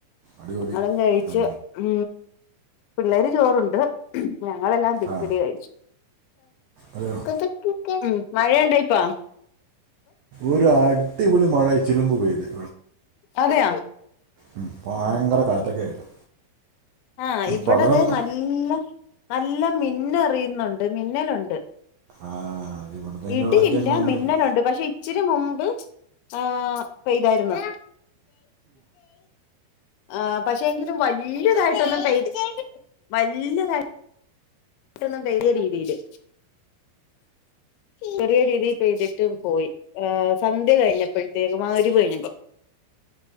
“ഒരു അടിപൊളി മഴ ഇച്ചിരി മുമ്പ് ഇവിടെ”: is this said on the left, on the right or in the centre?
Right